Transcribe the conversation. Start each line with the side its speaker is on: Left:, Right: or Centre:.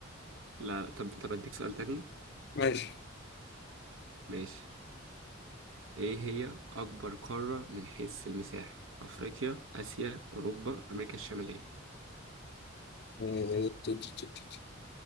Right: لا طب طب أديك سؤال تاني
Left: ماشي
Right: ماشي إيه هي أكبر قارة من حيث المساحة أفريقيا آسيا أوروبا أمريكا الشمالية
Left: إيه، ت- ت- ت- ت-